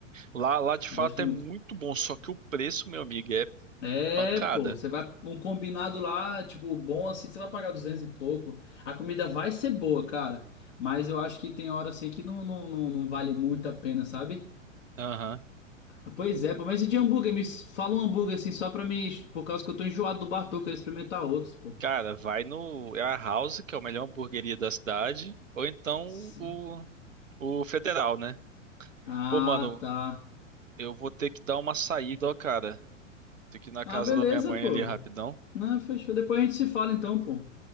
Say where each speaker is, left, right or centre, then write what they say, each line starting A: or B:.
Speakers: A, on the right (about 80°); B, on the left (about 70°).
A: Lá, lá de fato
B: Gosto
A: é
B: muito.
A: muito bom, só que o preço, meu amigo, é
B: É,
A: pancada.
B: pô, você vai um combinado lá, tipo, bom assim, você vai pagar 200 e pouco. A comida vai ser boa, cara, mas eu acho que tem hora assim que não, não, não, não vale muito a pena, sabe?
A: Aham.
B: Ah, pois é, pô, mas e de hambúrguer? Me s- fala um hambúrguer assim só pra mim, por causa que eu tô enjoado do Bartô, eu quero experimentar outros, pô.
A: Cara, vai no é a House, que é a melhor hamburgueria da cidade, ou então
B: S-
A: o, o Federal, né?
B: Ah,
A: Pô, mano,
B: tá.
A: eu vou ter que dar uma saída, ó, cara. Tem que ir na
B: Ah,
A: casa
B: beleza,
A: da minha mãe
B: pô.
A: ali rapidão.
B: Não, fechou. Depois a gente se fala então, pô.